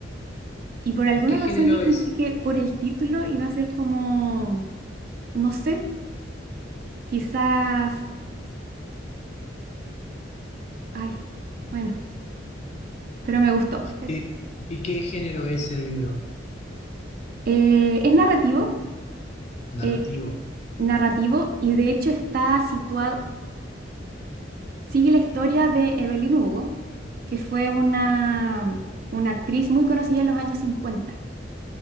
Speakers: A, on the right (about 50°); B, on the left (about 35°).
A: Y por alguna
B: y qué género
A: razón yo pensé
B: es?
A: que por el título iba a ser como, no sé, quizás, ay, bueno, pero me gustó.
B: ¿Y, y qué género es el libro?
A: Eh, es narrativo,
B: Narrativo.
A: eh, narrativo y de hecho está situado, sigue la historia de Evelyn Hugo, que fue una, una actriz muy conocida en los años cincuenta